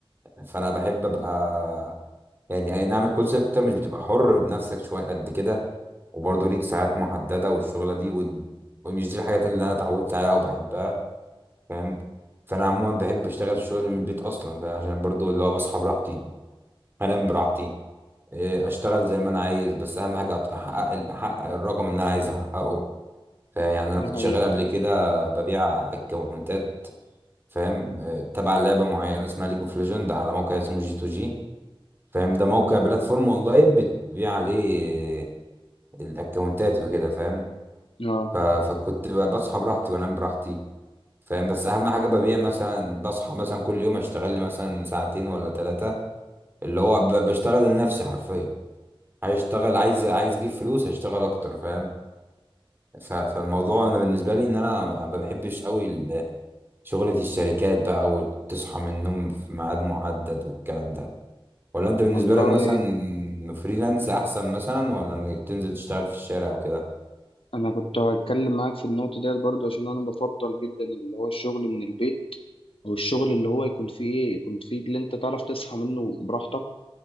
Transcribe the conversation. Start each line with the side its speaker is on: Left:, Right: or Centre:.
Right: فأنا بحب أبقى يعني اي نعم الكول سنتر مش بتبقى حر بنفسك شويه قد كده وبرضه ليك ساعات محدده والشغله دي و... ومش دي الحاجات اللي انا اتعودت عليها وبحبها فاهم فانا عموما بحب اشتغل الشغل من البيت اصلا فعشان برضه اللي هو بصحى براحتي انام براحتي إيه، اشتغل زي ما انا عايز بس اهم حاجه أت- احقق احقق الرقم اللي انا عايز احققه فاهم يعني انا
Left: دي
Right: كنت
Left: حقيقة
Right: شغال قبل كده ببيع اكونتات فاهم إيه، تبع لعبه معينه اسمها ليج اوف ليجند على موقع اسمه جي تو جي فاهم ده موقع بلاتفورم اونلاين بتبيع عليه الاكونتات وكده فاهم
Left: اه
Right: ف... فكنت ب- بصحى براحتي وانام براحتي فاهم بس اهم حاجه ببيع مثلا بصحى مثلا كل يوم اشتغل لي مثلا ساعتين ولا ثلاثه اللي هو ب... بشتغل لنفسي حرفيا عايز اشتغل عايز عايز اجيب فلوس هشتغل اكتر فاهم ف... فالموضوع انا بالنسبه لي ان انا ما بحبش قوي ال- شغله الشركات بقى وتصحى من النوم في ميعاد محدد والكلام ده ولا انت بالنسبة
Left: والله
Right: لك مثلا فريلانس احسن مثلا ولا انك تنزل تشتغل في الشارع وكده
Left: انا كنت هتكلم معاك في النقطة ديت برضو عشان انا بفضل جدا اللي هو الشغل من البيت او الشغل اللي هو يكون فيه ايه يكون فيه اللي انت تعرف تصحى منه براحتك